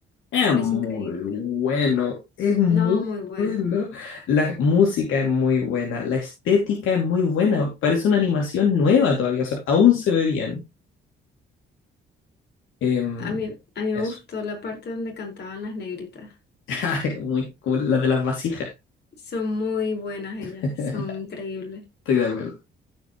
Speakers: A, on the left; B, on the left.
A: Es
B: lo
A: muy
B: es increíble.
A: bueno, es muy
B: No, muy bueno.
A: bueno. La música es muy buena, la estética es muy buena. Parece una animación nueva todavía, o sea, aún se ve bien. Em,
B: A mí, a mí me
A: eso.
B: gustó la parte donde cantaban las negritas.
A: <laughs> Muy cool, la de las vasijas.
B: Son muy buenas ellas,
A: <laughs> Estoy
B: son increíbles.
A: de acuerdo.